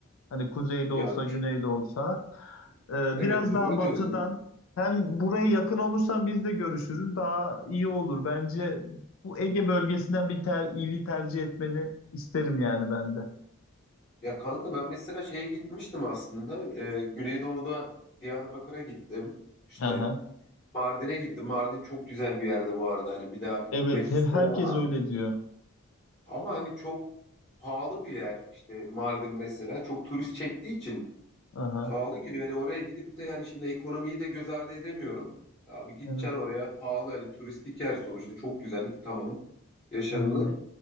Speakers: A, on the left (about 65°); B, on the left (about 30°).
A: Hani kuzeyde
B: ya,
A: olsa, güneyde olsa.
B: <laughs>
A: Ee, biraz
B: evet doğru
A: daha batıdan.
B: diyorsun.
A: Hem buraya yakın olursan biz de görüşürüz. Daha iyi olur. Bence bu Ege bölgesinden bir ter, ili tercih etmeni isterim yani ben de.
B: Ya kanka ben mesela şeye gitmiştim aslında. Ee, Güneydoğu'da Diyarbakır'a gittim. İşte
A: Aha.
B: Mardin'e gittim. Mardin çok güzel bir yerdi bu arada. Hani bir daha gitmek
A: Evet, Her
B: isterim
A: herkes
B: ama
A: öyle diyor.
B: ama hani çok pahalı bir yer. İşte Mardin mesela çok turist çektiği için
A: Aha.
B: pahalı giriyor Yani oraya gidip de yani şimdi ekonomiyi de göz ardı edemiyorum. Abi gideceksin
A: Evet,
B: oraya pahalı hani turistik yer sonuçta çok güzel tamam yaşanılır.
A: aynen.